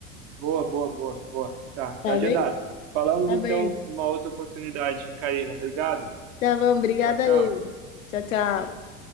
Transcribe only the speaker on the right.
boa, boa, boa, boa. Tá,
tá agendado.
Falamos
então
numa outra oportunidade, Karina. Obrigado.
Tchau, tchau.